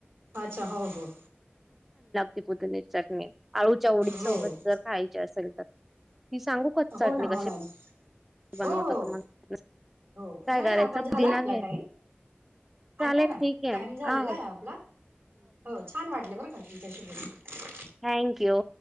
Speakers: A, on the right; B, in the centre.
A: अच्छा हो हो.
B: ती पुदिन्याची चटणी आळूच्या ओडी सोबत
A: हो
B: जर खायची असेल तर, ती सांगू का मी
A: हो
B: चटणी
A: ना हो
B: कशी?
A: ना
B: बनवता
A: हो हो
B: तुम्हाला?
A: हो
B: काय
A: नाही
B: करायचं
A: आता झालाय
B: पुदिना
A: आपला
B: घ्याय
A: टाइम
B: चालेल
A: ऐका ना
B: ठीक आहे.
A: टाइम
B: हो,
A: झालेला आहे आपला. हो छान वाटले बरं का तुमच्याशी बोलून.
B: Thank you.